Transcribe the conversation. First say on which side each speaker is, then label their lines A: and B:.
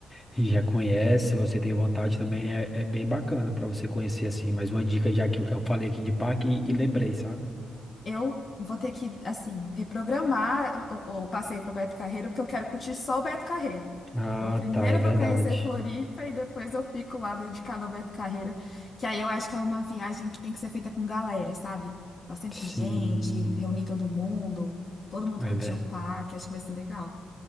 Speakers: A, on the left; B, on the left.
A: já conhece, se você tem vontade também, é, é bem bacana para você conhecer assim. Mas uma dica já que eu falei aqui de parque
B: uhum.
A: e, e lembrei, sabe?
B: Eu vou ter que, assim, reprogramar o, o passeio para o Beto Carreiro, porque eu quero curtir só o Beto Carreiro.
A: Ah,
B: Então, primeiro
A: tá, é
B: eu
A: verdade.
B: vou conhecer Floripa e depois eu fico lá dedicada ao Beto Carreiro, que aí eu acho que é uma viagem que tem que ser feita com galera, sabe? Bastante
A: Sim,
B: gente, reunir todo mundo, todo mundo
A: é,
B: curtir
A: ver-
B: o parque, acho que vai ser legal.